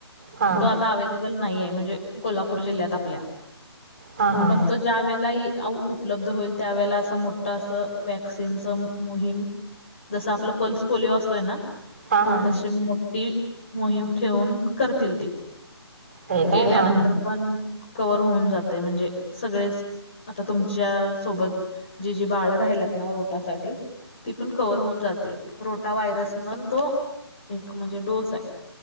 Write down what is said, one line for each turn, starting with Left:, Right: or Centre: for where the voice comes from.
Right: हां
Left: तो आता अबल नाहीये. म्हणजे कोल्हापूर जि्ल्यात आपल्या.
Right: हां हां
Left: पण तो. ज्या वेळेला ही उपलब्ध होईल. त्यावेेळेला असं मोठ असं वॅक्सिनच मोहीम. जस आपलं पल्स पोलिओ असतोय ना.
Right: हां हां
Left: तशी मोठी मोहीम ठेवून करतील ते.
Right: होय
Left: केल्यानंतर
Right: काय हां हां
Left: पण कवर होऊन जाते म्हणजे सगळेच -- आता तुमच्या सोबत जी जी बाळ राहिल्यात ना रोटासाठी ती पण कव्हर होऊन जातील. रोटा व्हायरस म्हणून तो -- एक म्हणजे डोस हाय.